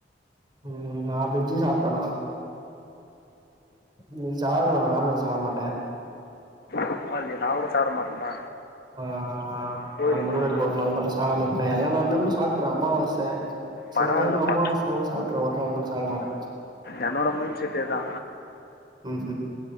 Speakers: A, on the right (about 25°); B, on the left (about 55°).
A: ம் நான் பிரிஞ்சி சாப்ட்டனா இன்னைக்கு செவ்வா கிழம நான் வெஜ் சாப்ட மாட்ட
B: பரவால்லயே நா கூட சாப்ட மாட்டேன்டா
A: ஆ ஆ
B: கோயிலுக்கு
A: ஆ நா முருகருக்கு
B: போவ
A: ஒரு நாள் மட்டு சாப்டாமா இருப்பே எல்லா நாளுமே கூட சாப்ட்ருவே அம்மாவாசே
B: பரவாயில்லப்பா
A: சில டைம் அம்மாவாச கூட சாப்ட்றவ ஒரு நாள் மட்டு சாப்ட மாட்டே
B: என்னோட மைண்ட் செட்டேதா
A: ம்